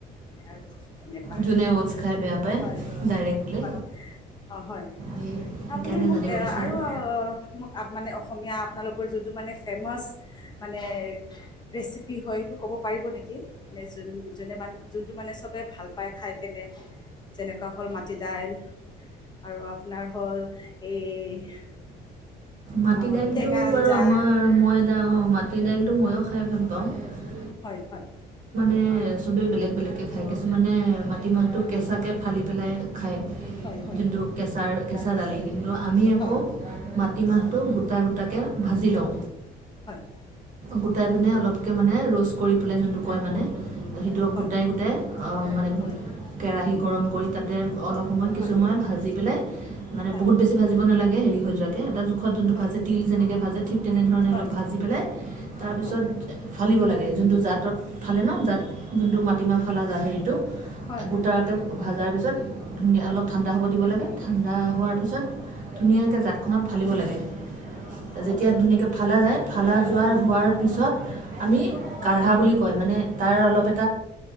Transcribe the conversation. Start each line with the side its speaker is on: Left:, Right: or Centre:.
Left: আৰু তেনেকুৱা।
Right: যোনে অ'টছ খাই বেয়া পায়
Left: হয় - হয়
Right: ডাইৰেক্টলি
Left: - হয়। অ' হয়।
Right: সেইকাৰণে
Left: আপুনি মোক
Right: জানিব
Left: এয়া-
Right: বিচাৰিলোঁ
Left: আৰু অ' মোক আপ- মানে অসমীয়া আপোনালোক ৰ যোনটো মানে ফেমাছ, মানে ৰেচিপি হয় সেইটো ক'ব পাৰিব নেকি? নে যোন- যোনে মান- যোনটো মানে চবে ভাল পায় খাইকেনে, যেনেকুৱা হ'ল মাটি দাইল, আৰু আপোনাৰ হ'ল এই
Right: মাটি
Left: আহ,
Right: দাইলটো
Left: টেঙা
Right: বাৰু
Left: আঞ্জা
Right: আমাৰ মই এদা অ' মাটি দাইলটো ময়ো খাই ভাল পাওঁ।
Left: হয় - হয়।
Right: এ চবে বেলেগ - বেলেগকে খায়। কিছুমানে মা টিমাহটো কেঁচাকে
Left: হয়
Right: ফালি পিনে খায়।
Left: হয় হয়
Right: যোনটো কেঁচাৰ কেঁচা দালি কিন্ত আমি আকৌ
Left: হয়
Right: মাটিমাহ
Left: অ,
Right: গোটা-গোটাকে ভাজি লওঁ।
Left: হয়
Right: গোটাইপিনে অলপকে মানে ৰোষ্ট কৰি পেলাই, যোনটো কয় মানে সেইটো
Left: হয়
Right: গোটাই - গোটাই অ' মানে
Left: হয়
Right: কেৰাহী
Left: উম,
Right: গৰম কৰি তাতে অলপ সময়
Left: হয়
Right: কিছু সময় ভাজি পেলাই মানে
Left: হয়
Right: বহুত বেছি ভাজিব নালাগ কে হেৰি হৈ যোৱাকে, এটা মুখত যোনটো
Left: হয়
Right: ভাজে তিল যেনেকৈ ভাজে ঠিক তেনেধৰণে
Left: হয়
Right: অলপ ভাজি পেলাই তাৰপিছত
Left: হয়
Right: ফালিব লাগে যোনটো জাতত ফালে ন জাত যোনটো মাটিমাহ ফালা জ হেৰিটো
Left: হয়
Right: গোটাকৈ
Left: হয় হয়
Right: ভাজাৰ পিছত ধুনীয়া
Left: উম,
Right: অলপ ঠাণ্ডা হ'ব দিব লাগে ঠাণ্ডা হোৱাৰ পিছত ধুনীয়াকৈ জাতখনত লাগে
Left: অ
Right: যেতিয়া ধুনীয়াকৈ ফালা যায়, পাৰা যায় হোৱাৰ পাছত আমি
Left: হয়
Right: কাৰহা বুলি কয় মানে ত অলপ এ